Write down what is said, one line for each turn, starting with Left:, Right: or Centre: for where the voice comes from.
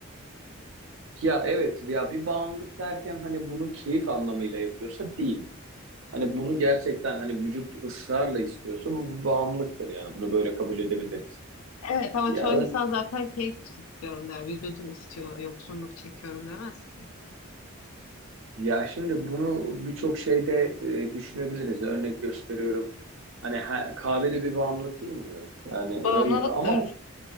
Right: Ya evet ya bir bağımlılık derken hani bunu keyif anlamıyla yapıyorsa değil. Hani bunu gerçekten hani vücut ısrarla istiyorsa bu bir bağımlılıktır yani. Bunu böyle kabul edebiliriz.
Left: Evet ama
Right: Ya
Left: çoğu
Right: ön-
Left: insan zaten keyif için istiyorum der. Vücudum istiyor, yoksunluk çekiyorum demez ki.
Right: ya şimdi bunu birçok şeyde e, düşünebiliriz. Örnek gösteriyorum. Hani ha, kahve de bir bağımlılık değil mi? Evet. Yani
Left: Bağımlılıktır.
Right: ön, ama